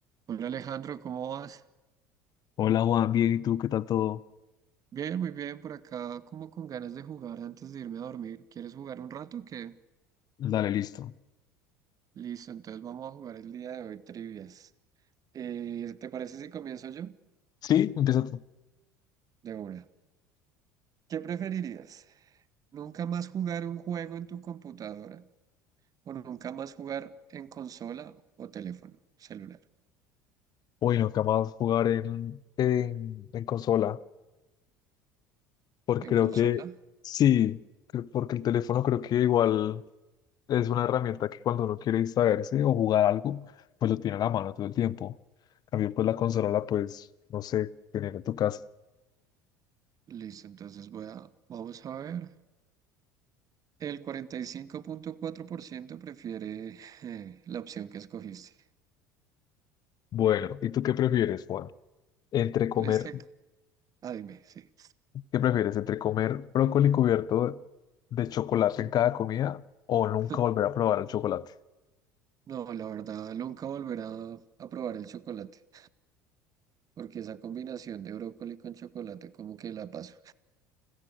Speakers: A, on the right; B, on the left.
A: Hola Alejandro, ¿cómo vas?
B: Hola Juan, bien, ¿y tú qué tal todo?
A: Bien, muy bien, por acá como con ganas de jugar antes de irme a dormir. ¿Quieres jugar un rato o qué?
B: Dale, listo.
A: Listo, entonces vamos a jugar el día de hoy trivias. Eh, ¿te parece si comienzo yo?
B: Sí, empieza tú.
A: De una. ¿Qué preferirías? ¿Nunca más jugar un juego en tu computadora o nunca más jugar en consola o teléfono celular?
B: Uy, nunca más jugar en, en, en consola, porque creo
A: ¿En consola?
B: que sí, cre- porque el teléfono creo que igual es una herramienta que cuando uno quiere distraerse o jugar algo, pues lo tiene a la mano todo el tiempo. En cambio, pues la consola la puedes, no sé, tener en tu casa.
A: Listo, entonces voy a, vamos a ver. El cuarenta y cinco punto cuatro por ciento prefiere <laughs> eh, la opción que escogiste.
B: Bueno, ¿y tú qué prefieres, Juan? Entre comer,
A: En este, c- ah, dime, sí.
B: ¿qué prefieres? ¿Entre comer brócoli cubierto de chocolate en cada comida o nunca
A: <laughs>
B: volver a probar el chocolate?
A: No, la verdad, nunca volverá a probar el chocolate, porque esa combinación de brócoli con chocolate como que la paso.